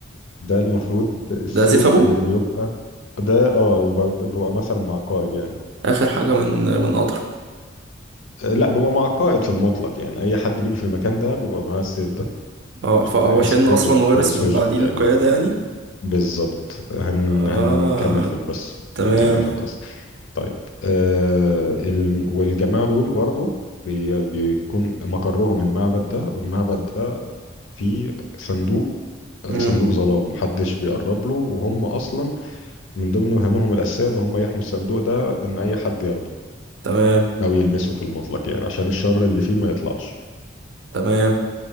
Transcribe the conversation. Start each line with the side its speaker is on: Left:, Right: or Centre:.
Left: ده المفروض السيف
Right: ده سيف ابوه
Left: اللي بيبقى ده اه يبقى بيبقى مثلا مع القائد يعني
Right: اخر حاجه من من قطره
Left: آه، لا بيبقى مع القائد في المطلق يعني اي حد بيجي في المكان ده بيبقى معاه السيف ده
Right: اه فهو شن
Left: سبيريت
Right: اصلا
Left: اوف
Right: ورث
Left: سوجن
Right: من بعديه
Left: تقريبا
Right: القياده يعني
Left: بالظبط هن...
Right: اه
Left: هنكمل في القصه
Right: تمام
Left: هنكمل في القصه طيب آه ال... والجماعه دول برضو بي... بيكون مقرهم المعبد ده والمعبد ده فيه صندوق
Right: امم
Left: صندوق ظلام محدش بيقرب له وهم اصلا من ضمن مهامهم الاساسيه ان هم يحموا الصندوق ده ان اي حد ياخده
Right: تمام
Left: او يلمسه في المطلق يعني عشان الشر اللي فيه ما يطلعش
Right: تمام